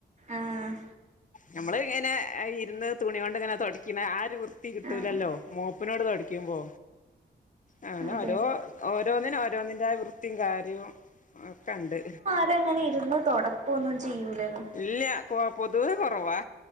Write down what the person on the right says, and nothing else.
ആഹ്
ആഹ്
അതെ
<unintelligible> ങ്ങനെ ഇരുന്നു തൊടക്കൊന്നും ചെയ്യൂലല്ലോ